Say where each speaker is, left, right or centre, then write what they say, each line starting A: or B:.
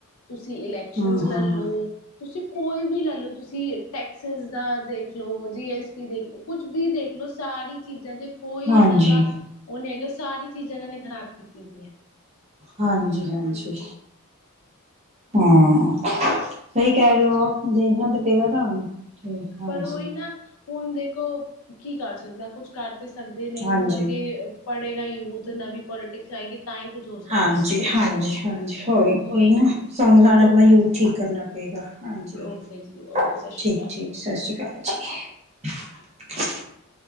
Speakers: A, on the left; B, on the right.
A: ਤੁਸੀਂ ਇਲੈਕਸ਼ਨ
B: ਹੂੰ
A: ਲੈਲੋ।
B: ਹੂੰ
A: ਤੁਸੀਂ ਕੋਈ ਵੀ ਲੈ ਲਓ, ਤੁਸੀਂ ਟੈਕਸਿਜ ਦਾ ਦੇਖ ਲੋ ਜੀ ਐਸਟੀ ਦੇਖ ਲਓ। ਕੁਛ ਵੀ ਦੇਖਲੋ, ਸਾਰੀ ਚੀਜ਼ਾਂ ਦੇ ਕੋਲ
B: ਹਾਂਜੀ
A: ਇਹਨਾਂ ਦਾ ਉਹ ਨੀ ਹੈਗਾ, ਸਾਰੀ ਚੀਜ਼ਾਂ ਇਹਨਾਂ ਨੇ ਖ਼ਰਾਬ ਕੀਤੀ ਦੀਆਂ।
B: ਹਾਂਜੀ-ਹਾਂਜੀ, ਹਾਂ
A: ਹਾਂਜੀ
B: ਸਹੀ ਕਹਿ ਰੇ ਔ
A: ਚਲੋ
B: ਦੇਖਣਾ ਤੇ ਪਏਗਾ। ਠੀਕ ਹਾਂਜੀ
A: ਪਰ ਉਹੀ ਨਾ ਹੁਣ ਦੇਖੋ, ਕੀ ਕਰ ਸਕਦੇਆ ਕੁਛ ਕਰ ਤੇ ਸਕਦੇ, ਨਹੀਂ
B: ਹਾਂਜੀ
A: ਹੁਣ ਅੱਗੇ ਪੜ੍ਹੇਗਾ ਯੂਥ ਨਵੀਂ ਪੋਲੀਟਿਕਸ ਆਏਗੀ ਤਾਂ ਹੀ ਕੁੱਛ ਹੋ- ਸਕਦਾ
B: ਹਾਂਜੀ-ਹਾਂਜੀ-ਹਾਂਜੀ,
A: ਹੈ
B: ਹੋਰ ਕੋਈ ਨਾ
A: ਹਾਂਜੀ
B: ਸਾਨੂੰ
A: ਚਲੋ
B: ਸ ਆਪਣਾ
A: ਓਕੇ
B: ਯੂਥ
A: ਜੀ
B: ਠੀਕ ਕਰਨਾ ਪਏਗਾ ਹਾਂਜੀ
A: ਓਕੇ ਜੀ ਓਕੇ
B: ਠੀਕ-ਠੀਕ,
A: ਸਤਿ ਸ਼੍ਰੀ ਅਕਾਲ
B: ਸਤਿ ਸ਼੍ਰੀ ਅਕਾਲ ਜੀ।